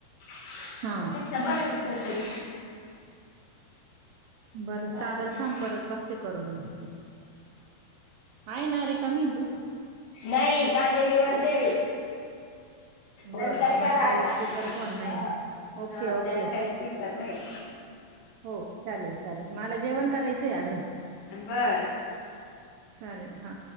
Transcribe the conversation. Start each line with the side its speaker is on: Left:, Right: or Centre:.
Left: त्यापेक्षा
Right: हां,
Left: बरं हाय कुठतरी
Right: बरं
Left: हा
Right: चालेल, थांब परत बघते करून मी. आहे ना रिका मी तू?
Left: नाही कांदे निवडते.
Right: बरं
Left: नंतर
Right: मग
Left: करा
Right: काही
Left: आता.
Right: स्पीकर फोन नाही.
Left: हा
Right: ओके,
Left: हा.
Right: ओके.
Left: त्याला काही स्पीकर नाही.
Right: हो चालेल चालेल, मला जेवण करायचंय अजून.
Left: बरं.
Right: चालेल हा.